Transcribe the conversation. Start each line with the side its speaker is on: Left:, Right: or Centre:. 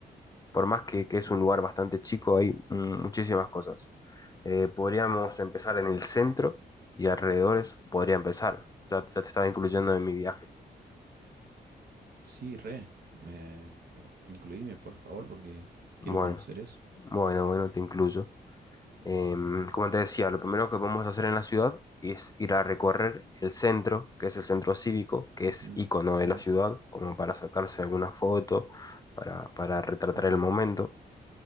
Left: por más que, que es un lugar bastante chico, hay mm, muchísimas cosas. Eh, podríamos empezar en el centro y alrededores. Podría empezar. Ya, ya te estaba incluyendo en mi viaje.
Right: Sí, re. Me... Incluíme, por favor, porque
Left: Bueno,
Right: quiero conocer eso.
Left: bueno, bueno, te incluyo. Em, como te decía, lo primero que podemos hacer en la ciudad es ir a recorrer el centro, que es el centro cívico, que
Right: Ujú,
Left: es icono
Right: Sí.
Left: de la ciudad, como para sacarse alguna foto, para, para retratar
Right: ujú.
Left: el momento.